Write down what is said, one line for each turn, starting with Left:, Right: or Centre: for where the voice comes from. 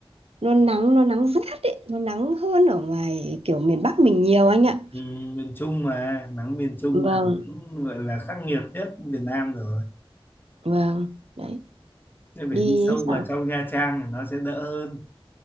Right: nó nắng nó nắng rát ấy nó nắng hơn ở ngoài kiểu miền Bắc mình nhiều anh ạ
Left: ừ, miền Trung mà nắng miền Trung
Right: vâng
Left: là cũng gọi là khắc nghiệt nhất Việt Nam rồi
Right: vâng đấy
Left: em phải
Right: đi
Left: đi sâu
Right: ấy sao
Left: vào trong Nha Trang thì nó sẽ đỡ hơn